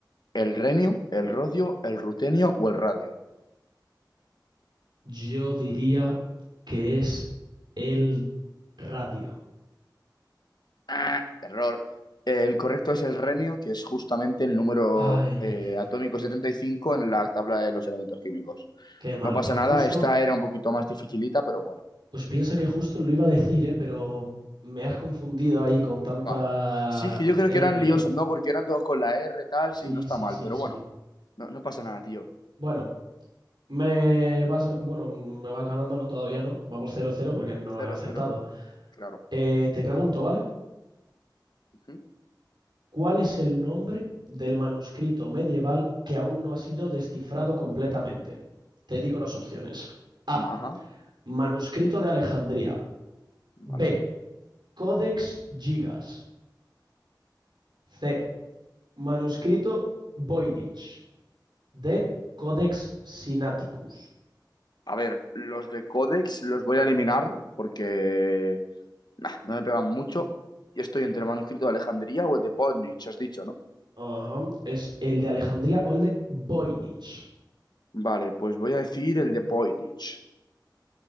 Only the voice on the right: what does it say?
Yo diría que es el radio.
Ay,
qué malo.
Pues
justo
Pues piensa que justo lo iba a decir, ¿eh? Pero me has confundido ahí con tanta
R,
¿eh?
Sí,
sí,
sí,
sí.
Bueno, me vas, bueno, me vas ganando, ¿no? Todavía no. Vamos cero cero porque no
he acertado.
Eh, te pregunto, ¿vale?
¿Cuál es el nombre del manuscrito medieval que aún no ha sido descifrado completamente? Te digo las opciones. A.
Manuscrito de Alejandría. B.
Codex Gigas. C. Manuscrito Voynich. de Codex Sinaiticus.
Ajá, Es el de Alejandría o el de Voynich.